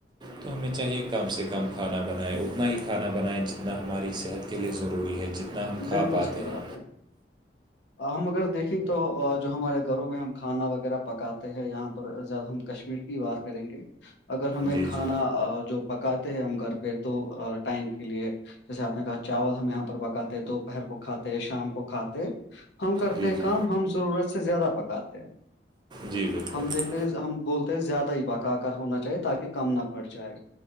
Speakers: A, on the right (about 25°); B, on the left (about 75°).
A: تو ہمیں چاہیے کم سے کم کھانا بنائیں اتنا ہی کھانا بنائیں جتنا ہماری صحت کے لیے ضروری ہے جت نا
B: ہے
A: ہم کھا
B: بالکل
A: پاتے
B: صحیح
A: ہیں
B: بات ہے ہم اگر دیکھیں تو جو ہمارے گھروں میں ہم کھانا وغیرہ پکاتے ہیں یہاں پر زیا ہم کشمیر کی بات کریں گے اگر ہمیں
A: جی
B: کھانا
A: جی
B: ا جو پکاتے ہیں ہم گھر پہ تو ٹائم کے لیے جیسے آپ نے کہا چاول ہم یہاں پر پکا تے دوپہر کو کھاتے شام کو کھاتے ہم کرتے
A: جی
B: ہیں
A: جی
B: کام ہم ضرورت سے زیادہ پک آتے ہیں
A: جی بالکل
B: ہم دیکھ فیس ہم بولتے ہیں زیادہ ہی پکا کر ہونا چاہیے تاکہ کم نہ پڑ جائے